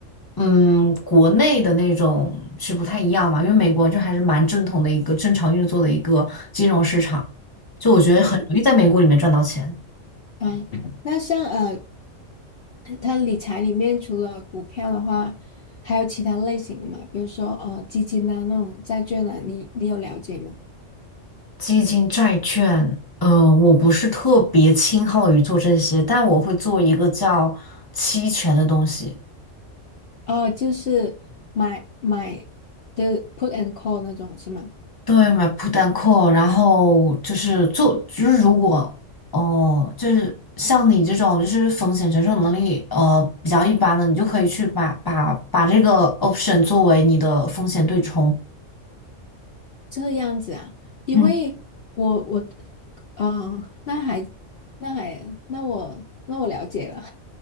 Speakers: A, on the left; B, on the left.
A: 嗯国内的那种是不太一样嘛，因为美国就还是蛮正统的一个正常运作的一个金融市场，就我觉得很容易在美股里面赚到钱。
B: 嗯，哦，那像呃它理财里面除了股票的话，还有其他类型的嘛？比如说呃，基金啊那种债券啊，你你有了解吗？
A: 基金、债券，呃，我不是特别倾好于做这些，但我会做一个叫期权的东西。
B: 哦，就是买买的 put and call 那种是吗？
A: 对，买 put and call，然后就是做，就是如果哦，就是像你这种就是风险承受能力呃比较一般的，你就可以去把把把这个 option 作为你的风险对冲。
B: 这样子啊，因为我我
A: 嗯。
B: 呃，那还那还那我那我了解了，